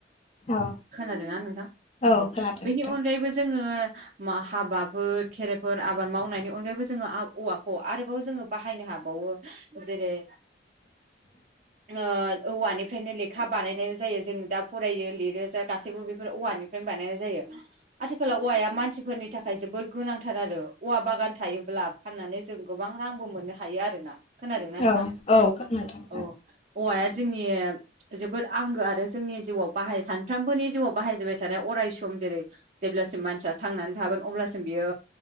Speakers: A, on the left; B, on the right.
A: औ
B: खोनादोंना नोंथां?
A: औ
B: उम
A: खोनादों
B: बिनि
A: नोंथां
B: अनगायैबो जोङो मा हाबाफोर खेराइफोर आबाद मावनायनि अनगायैबो जोङो आ औवाखौ आरोबाव जोङो बाहायनो हाबावो। जेरै
A: <inaudible>
B: ओ औवानिफ्रायनो लेखा बानायनाय जायो जों दा फरायो लिरो जा गासैबो बेफोर औवानि फ्रायनो बानायनाय जायो। आथिखालाव औवाया मानसिफोरनि थाखाय जोबोद गोनांथार आरो। औवा बागान थायोब्ला फाननानै जों गोबां रांबो मोननो हायो आरोना। खोनादोंना
A: औ
B: नोंथां?
A: औ नोंथां
B: औ। औवाया जोंनि जोबोद आंगो आरो जोंनि जिउआव बाहाय सानफ्रोमबोनि जिउआव बाहायजाबाय थानाय अराय सम जेरै जेब्लासिम मानसिया थांनानै थागोन अब्लासिम बियो